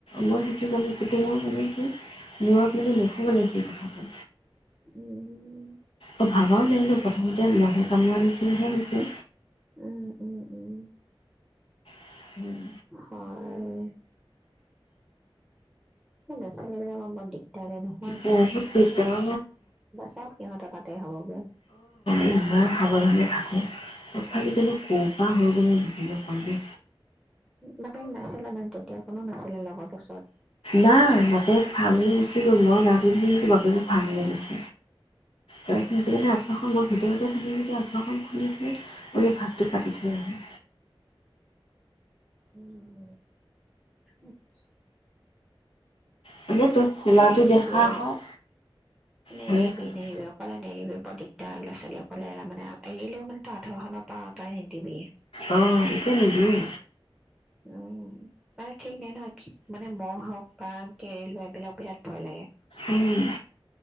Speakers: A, on the left; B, in the centre.
A: মই সে <inaudible> মানে কি মূৰত মানে নুসুমালে সেইখিনি কথা।
B: উম
A: অ ভাবাও নাই নো প্ৰথমতে মহে কাম নিছিনাহে হৈছে
B: উম উম উম।
A: <unintelligible>
B: হয়। এ ল'ৰা ছোৱালী বিলাকৰ বৰ দিগদাৰ ন
A: বহুত দিগদাৰ অ
B: চব সিহঁতৰ তাতে হ'বগে
A: ইমান সাৱধানে থাকো। তথাপিতনো ক'ৰ পৰা হৈ গ'ল মই বুজি নাপাও দে।
B: বাকে নাছিলে মানে তেতিয়া কোনো নাছিলে লগৰ ওচৰত।
A: নাই বাপেক <inaudible> মই গাটো ধুই বাপেকক ভাল লাগিছে। <inaudible> আঠুৱাখন ম ভিতৰত তেতিয়া থাকি যেতিয়া আঠুৱাখন খুলি থ বো ভাতটো পাতি থৈ আহি
B: উম। আতছ
A: মানে তই ফুলাটো
B: এ নেৰিবি
A: দেখা হয়
B: নেৰিবি
A: ভয়ে খালোঁ
B: নেৰিবি অকলে নেৰিবি বৰ দিগদাৰ ল'ৰা ছোৱালী অকলে মানে এৰিলেও মানে তই আথোৱাখন পা আঁতৱাই নিদিবি।
A: অ এতিয়া নিদিওঁ
B: উম মানে ঠিক নাই ন মানে মহ' হওক বা কেৰে লোৱা এইবিলাক বিৰাট ভয় লাগে।
A: উম।